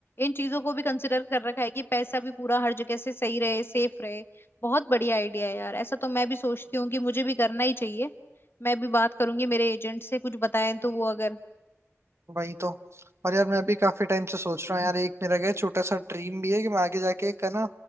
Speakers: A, on the left; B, on the right.
A: इन चीजों को भी कंसिडर कर रखा है कि पैसा भी पूरा हर जगह से सही रहे सेफ रहे बहुत बढ़िया आइडिया है यार ऐसा तो मैं भी सोचती हूँ कि मुझे भी करना ही चाहिए मैं भी बात करूंगी मेरे एजेंट से कुछ बताएं तो वो अगर
B: वही तो और यार मैं भी काफी टाइम से सोच रहा हूँ यार एक मेरा क्या है, छोटा सा ड्रीम भी है कि मैं आगे जाके एक है ना